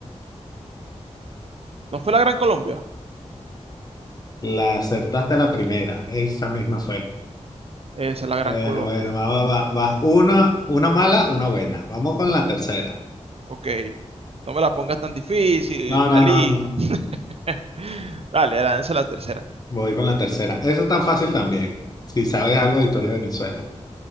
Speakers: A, on the right; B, on the left.
A: ¿No fue la Gran Colombia?
B: La acertaste a la primera, esa misma fue.
A: Esa es la Gran
B: Bueno,
A: Colombia.
B: bueno, va, va, va, va. Una, una mala, una buena. Vamos con la tercera.
A: Ok. No me la pongas tan difícil,
B: No, no,
A: Dalí.
B: no, no.
A: <laughs> Dale, lánzala la tercera.
B: Voy con la tercera. Eso tan fácil también, si sabes algo de historia de Venezuela.